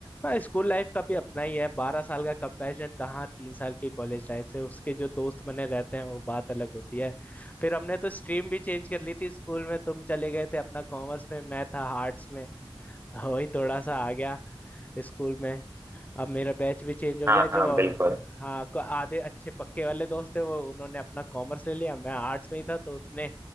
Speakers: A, on the left; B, on the right.
A: हाँ स्कूल लाइफ का भी अपना ही है बारह साल का कंपैरिजन कहाँ तीन साल की कॉलेज लाइफ से उसके जो दोस्त बने रहते हैं वो बात अलग होती है फिर हमने तो स्ट्रीम भी चेंज कर ली थी स्कूल में तुम चले गए थे अपना कॉमर्स में मैं था आर्ट्स में तो वही थोड़ा सा आ गया स्कूल में अब मेरा बैच भी चेंज हो
B: हाँ
A: गया
B: हाँ
A: जो
B: बिल्कुल
A: हाँ को- आधे अच्छे पक्के वाले दोस्त थे वो उन्होंने अपना कॉमर्स ले लिया मैं आर्ट्स में ही था तो उतने